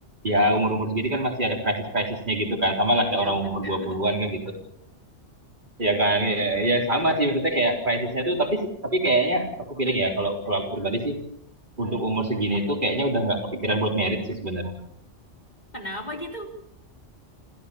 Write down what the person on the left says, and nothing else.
Iya,
betul.
Kenapa gitu?